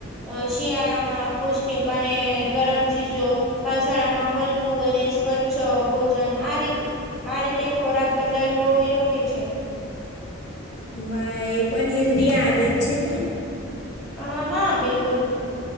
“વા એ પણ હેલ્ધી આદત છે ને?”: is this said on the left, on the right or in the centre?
Left